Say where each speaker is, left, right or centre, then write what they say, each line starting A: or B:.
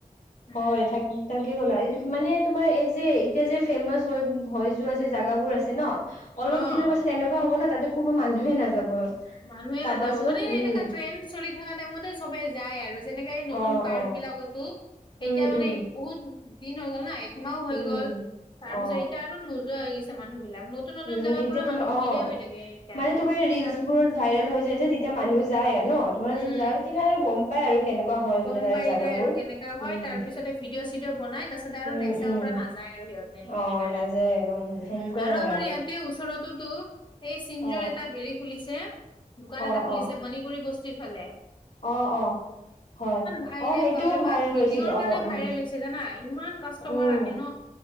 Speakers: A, on the left; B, on the left.
A: উম
B: হয় থাক তাকে কলা মানে তোমাৰ এই যে এতিয়া যে ফেমাচ হৈ যোৱা যে জাগাবোৰ আছে ন অলপ
A: অ
B: দিনৰ পাছত এনেকুৱা হ'ব না তাতে কোনো মানুহে নাযাব
A: মানুহে নাযাব
B: চাবাচোন
A: মানে
B: উম
A: এনেকা ট্ৰেন চৰিত থকা টাইমতে সবে যায় আৰু যেনেকে নতুন
B: অ
A: পাৰ্ক
B: অ
A: বিলাকতো এতিয়া
B: উম
A: মানে
B: উম
A: বহুত দিন হৈ গ'ল ন একমাহ হৈ
B: উম
A: গ'ল তাৰ পিছত
B: অ
A: এতিয়া আৰু নোযোৱা হৈ গৈছে মানুহ বিলাক নতুন নতুন
B: উম
A: জাগাৰ
B: যেতিয়া
A: পুৰা
B: তোমাৰ
A: মানুহ ভিৰে
B: অ
A: হৈ থাকে এনিটাইম
B: মানে তোমাৰ ৰিলচ
A: আৰু
B: বোৰ ভাইৰেল হৈ যায় যে তেতিয়া মানুহ যায় আৰু ন তোমাৰ
A: উম
B: যায় কিনে আৰু গম পাই আৰু কেনেকুৱা হয়
A: গ'ম
B: বোলে তাৰে
A: পাই
B: জাগাবোৰ
A: যাই আৰু কেনেকা হয়
B: উম
A: তাৰ পিছতে ভিডিঅ' চিডিঅ' বনাই তাপিছতে আৰু
B: উম
A: নেক্স টাইমৰ
B: উম
A: পৰা নাযায় আৰু সিহত এনে
B: অ নাযায় সেনেকুৱাই
A: উম আৰু
B: হয়
A: আমাৰ ইয়াতে ওচৰতো টো এই চিংজোৰ
B: অ
A: এটা হেৰি খোলিছে দোকান
B: অ
A: এটা খোলিছে
B: অ
A: মণিপুৰী বস্তু, পিঠিৰফালে <unintelligible>
B: অ অ হয়
A: ভাইৰেল
B: অ সেইটোও
A: বাপৰে বা
B: ভাইৰেল
A: ভিডিঅ'ৰ
B: হৈছিল
A: কাৰণে
B: অ উম
A: ভাইৰেল হৈছে জানা ইমান কাষ্টমাৰ
B: উম,
A: আহে ন,